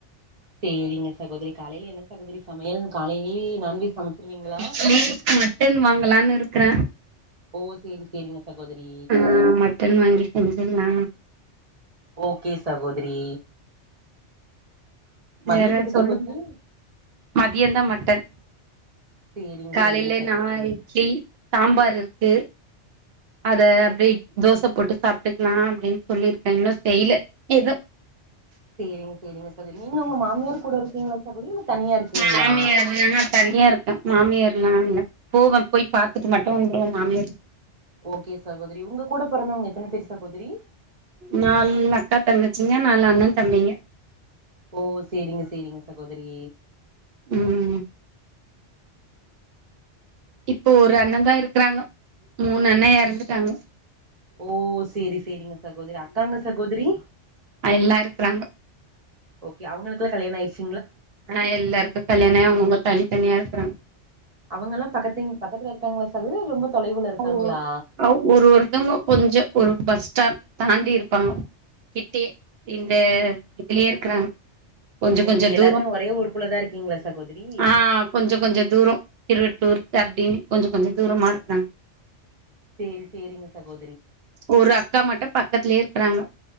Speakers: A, on the right; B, on the right.
A: சேரிங்க சகோதரி காலைல என்ன சகோதரி சமையல் காலையிலயே நான்வெஜ் சமைச்சிருவீங்களா
B: இட்லி மட்டன் வாங்கலான்னு இருக் க்கற
A: ஓ சேரி சேரிங்க சகோதரி
B: ஆ மட்டன் வாங்கி செஞ்சிடலா
A: ஓக்கே சகோதரி மதியத்துக்கு
B: வேற சொல்லுங்க
A: சகோதரி
B: மதியந்தா மட்டன்
A: சேரிங்க
B: காலைல
A: சேரிங்க சகோதரி
B: நா இட்லி சாம்பாரு இருக்கு அத அப்டி தோச போட்டு சாப்ட்டுக்லா அப்டின் சொல்லிருக்க இன்னு செய்ல எது
A: சேரிங்க சேரிங்க சகோதரி நீங்க உங்க மாமியார் கூட இருக்கீங்களா சகோதரி இல்ல தனியா இருக்கீங்களா
B: மாமியாரு தனியா இருக்க மாமியார் ஆ இல்ல போவ போய் பாத்துட்டு மட்டும் வந்துருவ மாமியார்
A: ஓகே சகோதரி உங்க கூட பிறந்தவங்க எத்தன பேர் சகோதரி
B: நால் அக்கா தங்கச்சிங்க நால் அண்ண தம்பிங்க
A: ஓ சேரிங்க சேரிங்க சகோதரி
B: ம் இப்போ ஒரு அண்ணந்தா இருக்குறாங்க மூணு அண்ண எறந்துட்டாங்க
A: ஓ சேரி சேரிங்க சகோதரி அக்காங்க சகோதரி
B: எல்லா இருக்குறாங்க
A: ஓகே அவங்களுக்குலா கல்யாண ஆய்ருச்சு
B: ஆ எல்லாருக்கு கல்யாணோ ஆயி அவங்க அவுங்க தனி தனியா இருக்குறாங்க
A: அவங்கல்லா பக்கத்து பக்கத்துல இருக்காங்களா சகோதரி இல்ல ரொம்ப தொலைவுல இருக்காங்களா
B: ஓ ஒரு ஒருத்தங்க கொஞ்சோ ஒரு பஸ் ஸ்டாப் தாண்டி இருப்பாங்க. கிட்டயே இந்த இதுலயே இருக்கறாங்க. கொஞ்சோ
A: ஓ
B: கொஞ்சோ
A: எல்லாருமே
B: தூரோ
A: ஒரே ஊருக்குள்ளதா இருக்கீங்களா சகோதரி
B: ஆஹ் கொஞ்சோ கொஞ்சோ தூரோ திரவி டுர்ட்டு அப்டின் கொஞ்சோ கொஞ்சோ தூரமா இருக்றாங்
A: சேரி சேரிங் சகோ
B: ஒரு அக்கா மட்டு பக்கத்துலயே இரு க்றாங்க